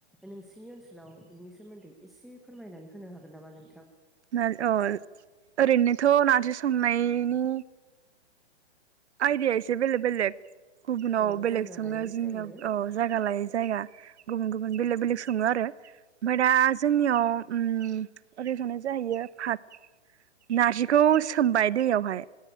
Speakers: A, in the centre; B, on the right.
A: नोंसिनि ओनसोलाव बिनि सोमोन्दै एसे फोरमायनानै होनो हागोन नामा नों
B: <unintelligible> ओरैनोथ' नार्जि संनायनि आयदाया एसे बेले बेलेग गुबुनाव
A: औ
B: बेलेग
A: जायगा
B: सङो
A: लायै
B: जोंनिआव
A: जायो
B: औ जायगा लायै जायगा गुबुन गुबुन बेलेग बेलेग सङो आरो ओमफाय दा जोंनियाव ओम ओरै संनाय जाहैयो फा नारजिखौ सोमबाय दैयावहाय